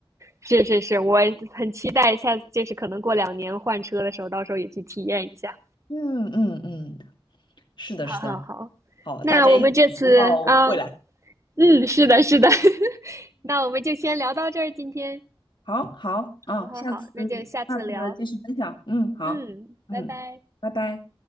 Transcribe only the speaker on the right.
是是是，我很期待下次，就是可能过两年换车的时候，到时候也去体验一下。
好好好，
那我们这次啊，
嗯，是的，是的，<laughs> 那我们就先聊到这儿，今天。
好好好，
那就下次聊。
嗯，
拜拜。